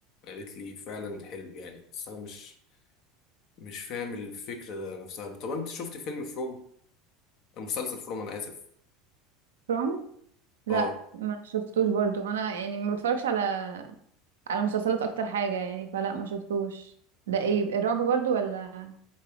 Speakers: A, on the left (about 50°); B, on the right (about 75°).
A: قالت لي فعلا حلو يعني بس انا مش مش فاهم الفكره نفسها طب انت شفت فيلم فروم مسلسل فروم انا اسف
B: فروم لا
A: اه
B: ما شفتوش برضو انا يعني ما بتفرجش على على مسلسلات اكتر حاجة يعني فلا ما شفتوش ده ايه الرعب برضو ولا